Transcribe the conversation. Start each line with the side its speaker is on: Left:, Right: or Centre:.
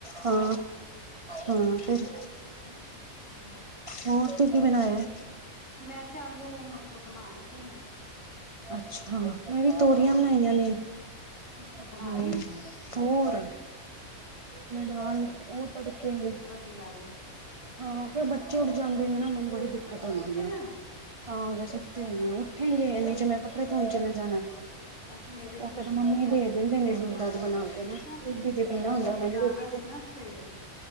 Right: ਹਾਂ।
Left: ਆਹੋ
Right: ਹਾਂ ਫਿਰ
Left: ਅੱਛਾ ਅੱਛਾ।
Right: ਹੋਰ ਤੂੰ ਕੀ ਬਣਾਇਆ ਐ?
Left: ਮੈਂ ਤੇ ਆਲੂ ਮਟਰ ਬਣਾਣ ਲੱਗੀ ਆ
Right: ਅੱਛਾ, ਮੈਂ ਵੀ ਤੋਰੀਆਂ
Left: ਹਾਂ
Right: ਬਣਾਈਆਂ ਨੇ
Left: ਅੱਛਾ ਬਣਾ
Right: ਤੇ
Left: ਲਈਏ
Right: ਹੋਰ ਨਾਲ, ਔ ਤੜਕੇ ਨੇ।
Left: ਕਿ ਆਵੇ
Right: ਹਾਂ, ਫਿਰ ਬੱਚੇ ਉੱਠ ਜਾਂਦੇ ਨੇ ਨਾ, ਮੈਨੂੰ ਬੜੀ ਦਿੱਕਤ
Left: ਅੱਛਾ ਸੁੱਤੇ
Right: ਹੁੰਦੀ ਆ।
Left: ਨੇ ਹਲੇ,
Right: ਹਾਂ ਅਜੇ ਸੁੱਤੇ ਹੋਏ ਨੇ, ਉੱਠੇਗੇ, ਐਨੇ ਚ ਮੈਂ ਕੱਪੜੇ ਧੋਣ ਚਲੇ ਜਾਣਾ।
Left: ਅੱਛਾ ਮੇਰੇ
Right: ਉਹ
Left: ਧੁੱਪ
Right: ਫੇਰ
Left: ਗਏ
Right: ਮੰਮੀ
Left: ਕੱਪੜੇ,
Right: ਦੇ ਦਿੰਦੇ ਨੇ ਦੁੱਧ ਦਧ ਬਣਾ ਕੇ
Left: ਅੱਛਾ।
Right: ਨਾ, ਦੁੱਧ ਤੇ ਪੀਣਾ
Left: ਹਨੀ
Right: ਹੁੰਦਾ ਉਹਨਾਂ
Left: ਜਾਣਾ
Right: ਨੇ, ਰੋਟੀ ਤੇ
Left: ਸੀ ਨਾ ਸਵੇਰੇ